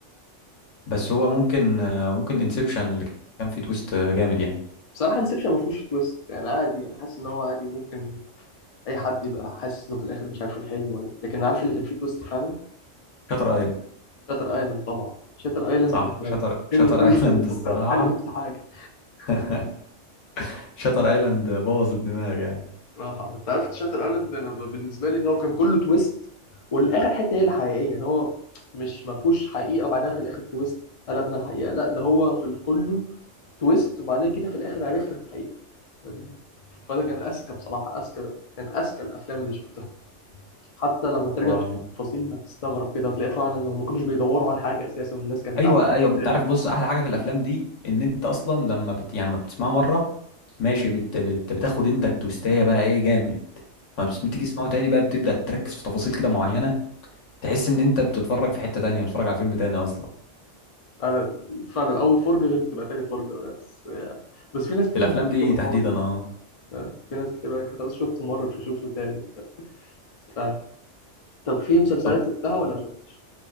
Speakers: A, on the left; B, on the left.
A: بس هو ممكن آه، ممكن انسبشن اللي كان فيه تويست آه، جامد يعني
B: بصراحه انسبشن ما فيهوش تويست يعني عادي يعني حاسس ان هو عادي ممكن اي حد يبقى حاسس انه في الاخر مش عارفين حلم ولا لكن عارف اللي كان فيه تويست فعلا
A: شاتر ايلاند
B: شاتر ايلاند طبعا شاتر ايلاند
A: صح
B: انت
A: شاتر شاتر
B: الفيلم كله
A: ايلاند
B: انت بتفكر
A: الصراحه
B: في حاجه بقيت في حاجه
A: <laughs> شاتر ايلاند بوظ الدماغ يعني
B: صراحة انت عرفت شاتر ايلاند انا ب- بالنسبة لي ان هو كان كله تويست والاخر حتة هي الحقيقية ان هو مش ما فيهوش حقيقة وبعدها في الاخر تويست قلبنا الحقيقة لا ده هو في الكله تويست وبعدين جينا في الاخر عرفنا الحقيقة فاهمني؟ فده كان اذكى بصراحة اذكى كان اذكى الافلام اللي شفتها حتى لما ترجع
A: و...
B: تشوف التفاصيل هتستغرب كده وتلاقي فعلا هم ما كانوش بيدوروا على حاجة اساسا والناس كانت
A: ايوه
B: قاعدة بتتكلم.
A: ايوه انت عارف بص احلى حاجه في الافلام دي ان انت اصلا لما بت... يعني ما بتسمعه مره ماشي بت... بت... بتاخد انت التويستايه بقى ايه جامد ما بس... بتيجي تسمعه تاني بقى بتبدا تركز في تفاصيل كده معينه تحس ان انت بتتفرج في حته تانية بتتفرج على فيلم تاني اصلا
B: فعلا فعلا اول فرجة غير بتبقى تاني فرجة بس بس في ناس كتير
A: في الافلام
B: بتشتكي
A: دي
B: من الحوار
A: تحديدا
B: ده
A: اه
B: آه، في ناس كتير قالك خلاص شفته مرة مش هشوفه تاني وبتاع فاهم طب في مسلسلات
A: طب
B: شفتها ولا ما شفتش؟